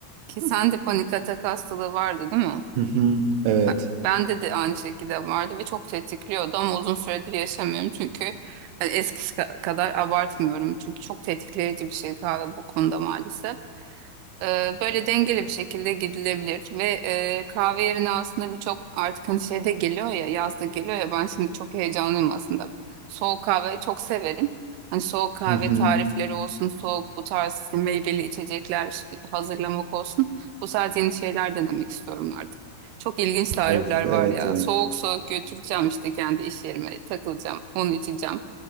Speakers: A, on the right; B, on the right.
A: Ki sen de panik atak hastalığı vardı değil mi?
B: Hı hı, evet.
A: Ben, bende de aynı şekilde vardı ve çok tetikliyordu ama uzun süredir yaşamıyorum çünkü hani eskisi ka- kadar abartmıyorum. Çünkü çok tetikleyici bir şey kahve bu konuda maalesef. Ee, Böyle dengeli bir şekilde gidilebilir ve e, kahve yerine aslında birçok artık hani şeyde geliyor ya yazda geliyor ya ben şimdi çok heyecanlıyım aslında. Soğuk kahve çok severim. Hani soğuk kahve
B: Hı hı.
A: tarifleri olsun, soğuk bu tarz işte meyveli içecekler hazırlamak olsun. Bu tarz yeni şeyler denemek istiyorum artık. Çok ilginç tarifler
B: Of,
A: var
B: evet
A: ya.
B: yani.
A: Soğuk soğuk götüreceğim işte kendi iş yerime takılacağım, onu içeceğim.